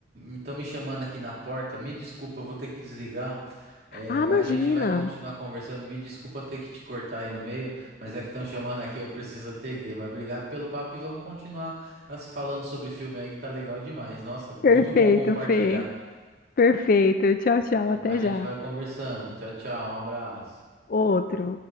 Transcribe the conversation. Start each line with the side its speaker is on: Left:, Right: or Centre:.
Right: Estão me chamando aqui na porta. Me desculpa, eu vou ter que desligar. É,
Left: Ah,
Right: mas
Left: imagina!
Right: a gente vai continuar conversando. Me desculpa ter que te cortar aí no meio, mas é que estão chamando aqui, eu preciso atender. Mas obrigado pelo papo e vamos continuar nós falando sobre filme aí que tá legal demais. Nossa,
Left: Perfeito,
Right: muito bom compartilhar.
Left: Fê. Perfeito. Tchau, tchau,
Right: Tá bom?
Left: até
Right: A gente
Left: já.
Right: vai conversando. Tchau, tchau. Um abraço.
Left: Outro.